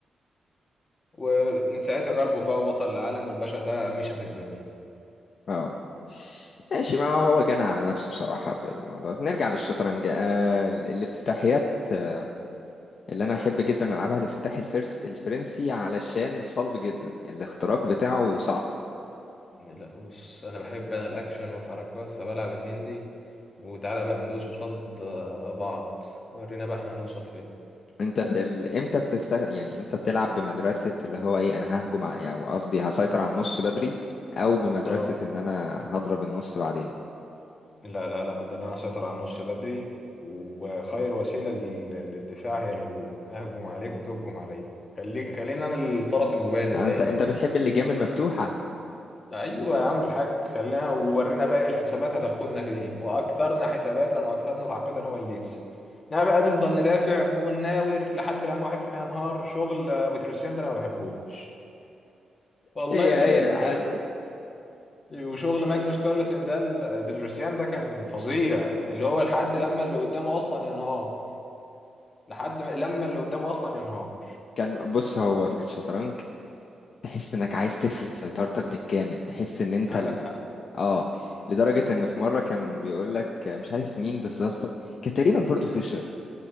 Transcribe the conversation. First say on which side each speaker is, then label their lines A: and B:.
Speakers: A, on the left; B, on the left.
A: ومن ساعتها كاربوف بقى بطل العالم والباشا ده مشى في الدنيا
B: اه ماشي ما هو هو جنى على نفسه بصراحة في الموضوع ده. نرجع للشطرنج آه، ال- الافتتاحيات آه، اللي أنا أحب جدا ألعبها الافتتاح الفرس الفرنسي علشان صلب جدا الاختراق بتاعه صعب
A: لا بص انا بحب انا الاكشن والحركات فبلعب الهندي وتعالى بقى ندوس قصاد آه، بعض ورينا بقى احنا هنوصل فين
B: انت في ال... امتى بتست يعني امتى بتلعب بمدرسة اللي هو ايه انا ههجم ع- يعني قصدي هسيطر على النص بدري او بمدرسة
A: اه
B: ان انا هضرب النص بعدين
A: لا لا لا ده انا اسيطر على النص بدري وخير وسيله لل- للدفاع هي الهجوم اهجم عليك وتهجم عليا خلي خلينا انا الطرف المبادر
B: يعني
A: دايما
B: انت انت
A: يعني
B: بتحب اللجام المفتوحة
A: ايوه يا عم الحاج خلينا وورينا بقى ايه الحسابات هتاخدنا فين واكثرنا حساباتا واكثرنا تعقيدا هو اللي يكسب انما بقى نفضل ندافع ونناور لحد لما واحد فينا ينهار شغل بتروسيان ده انا ما بحبوش والله
B: ايوه
A: بجد
B: ايوه عارفه
A: وشغل ماجنوس كارلسن ده ال- بتروسيان ده كان فظيع اللي هو لحد لما اللي قدامه اصلا ينهار لحد ما- لما اللي قدامه اصلا ينهار
B: كان بص هو في الشطرنج تحس انك عايز تفرض سيطرتك بالكامل تحس ان انت
A: عندك
B: ال...
A: حق
B: اه لدرجة ان في مرة كان بيقول لك مش عارف مين بالظبط كان تقريبا برضو فيشر